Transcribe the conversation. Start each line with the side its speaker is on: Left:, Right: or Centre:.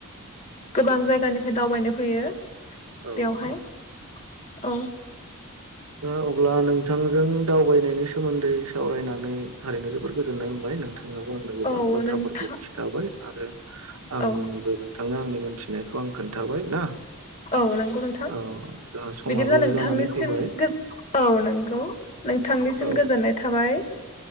Left: गोबां जायगानिफ्राय दावबायनो फैयो।
Right: औ औ
Left: बेवहाय औ
Right: दा अब्ला नोंथांजों दावबायनायनि सोमोन्दै सावरायनानै थारैनो जोबोर गोजोननाय मोनबाय नोंथां। <inaudible> आं गोबां
Left: औ
Right: बाथ्राफोरखौ
Left: नोंथां
Right: खिन्थाबाय आरो आंबो
Left: औ
Right: थांनो आंनि मोनथिनायखौ आं खोन्थाबाय। ना
Left: औ नंगौ नोंथां
Right: औ जोंहा समाबो
Left: बिदिब्ला नोंथांनिसिम
Right: जानानै फैबाय
Left: गो औ नंगौ नोंथांनिसिम
Right: औ
Left: गोजोननाय थाबाय।